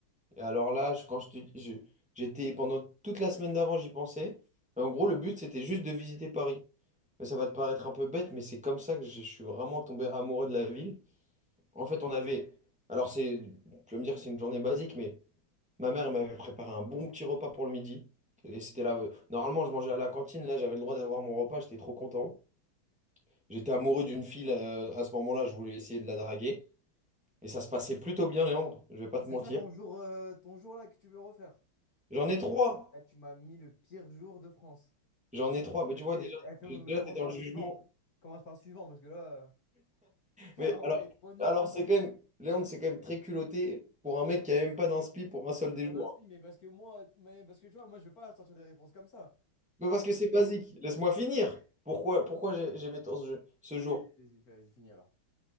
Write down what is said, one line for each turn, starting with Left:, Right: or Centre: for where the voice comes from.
Centre: Et alors là, je- quand je te- je- j'étais pendant toute la semaine d'avant, j'y pensais. Et en gros, le but, c'était juste de visiter Paris. Mais ça va te paraître un peu bête, mais c'est comme ça que je, je suis vraiment tombé amoureux de la ville. En fait, on avait, alors c'est, tu vas me dire que c'est une journée basique, mais ma mère elle m'avait préparé un bon petit repas pour le midi. Et c'était là, euh, normalement, je mangeais à la cantine. Là, j'avais le droit d'avoir mon repas. J'étais trop content. J'étais amoureux d'une fille euh, à ce moment-là. Je voulais essayer de la draguer. Et ça se passait plutôt bien, Léandre, je vais pas
Left: Ah,
Centre: te
Left: C'est
Centre: mentir.
Left: ça ton jour, euh, ton jour là que tu veux refaire?
Centre: J'en ai trois.
Left: Eh, tu m'as mis le pire jour de France.
Centre: J'en ai trois.
Left: Ah,
Centre: Mais
Left: Mais
Centre: tu vois,
Left: fais,
Centre: déjà,
Left: eh, fais-
Centre: je-
Left: mais
Centre: déjà
Left: commence
Centre: tu es dans
Left: par
Centre: le jugement.
Left: le suivant. frère. Commence par le suivant parce que là, euh, <laughs>
Centre: Mais
Left: en
Centre: alors,
Left: vrai, il est trop nul,
Centre: alors
Left: je
Centre: c'est quand même, Léandre, c'est quand même très culotté pour un mec qui a même pas d'inspi pour un seul
Left: j'ai
Centre: des
Left: pas
Centre: jours.
Left: d'inspi, mais parce que moi, mais parce que tu vois, moi, je vais pas sortir des réponses comme ça. Moi,
Centre: Mais parce
Left: au moins,
Centre: que c'est basique.
Left: j'ai- j'ai-
Centre: Laisse-moi finir. Pourquoi, pourquoi j'ai- j'aimais tant ce jeu, ce
Left: vas-y,
Centre: jour?
Left: vas-y, vas finis alors.